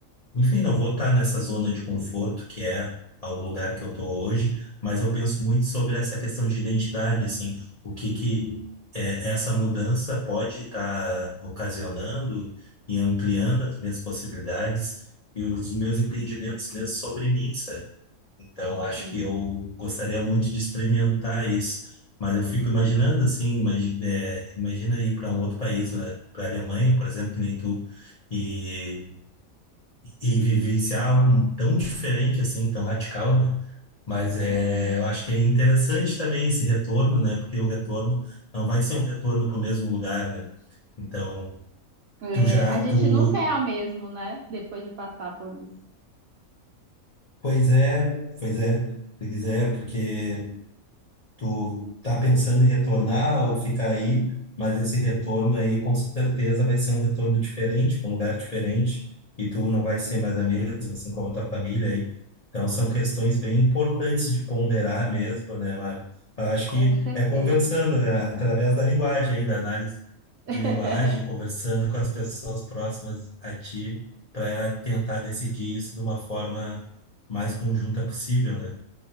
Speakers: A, on the left; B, on the right.
A: enfim, não vou estar nessa zona de conforto que é o lugar que eu estou hoje, mas eu penso muito sobre essa questão de identidade, assim, o que que é, essa mudança pode estar ocasionando e ampliando as minhas possibilidades e os meus entendimentos mesmo sobre mim, sabe? Então, acho
B: sim,
A: que eu gostaria muito de experimentar isso, mas eu fico imaginando, assim, imagi- é, imagina ir para um outro país, para a Alemanha, por exemplo, que nem tu, e e vivenciar algo tão diferente assim, tão radical, né? Mas é,
B: sim.
A: eu acho que é interessante também esse retorno, né? Porque o retorno não vai ser um retorno para o mesmo lugar, né? Então,
B: É,
A: tu já,
B: a gente
A: tu,
B: nunca é a mesma, né? Depois de passar por isso.
A: pois é, pois é, pois é, porque Tu tá pensando em retornar ou ficar aí, mas esse retorno aí com certeza vai ser um retorno diferente, para um lugar diferente, e tu não vai ser mais a mesma, assim como a tua família aí. Então são questões bem importantes de ponderar mesmo, né, Mara? Eu acho
B: Com
A: que
B: certeza.
A: é conversando, é através da linguagem aí, da análise
B: <laughs>
A: de linguagem, conversando com as pessoas próximas a ti, para tentar decidir isso de uma forma mais conjunta possível, né?